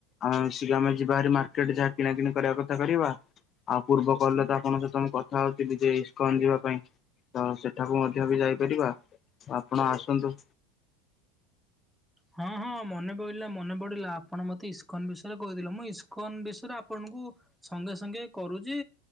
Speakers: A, on the left; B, in the centre.
A: ଆମେ ମିିଶିକି ଆମେ ଯିବା ଭାରି ମାର୍କେଟ ଯାହା କିଣାକିଣି କରିବା କଥା କରିବା। ଆଉ ପୂର୍ବ କହିଲେ ତ ଆପଣଙ୍କ ସହିତ ମୁଁ କଥା ହୋଉଥୁଲି ଯେ ଇସ୍କନ ଯିବା ପାଇଁ। ତ ସେଠାକୁ ମଧ୍ୟ ବି ଯାଇପାରିବା ଆପଣ ଆସନ୍ତୁ।
B: ହଁ ହଁ ମନେ ପଇଲା ମନେ ପଡିଲା ଆପଣ ମତେ ଇସ୍କନ ବିଷୟରେ କହିଥିଲେ ମୁଁ ଇସ୍କନ ବିଷୟରେ ଆପଣଙ୍କୁ ସଙ୍ଗେ ସଙ୍ଗେ କରୁଚି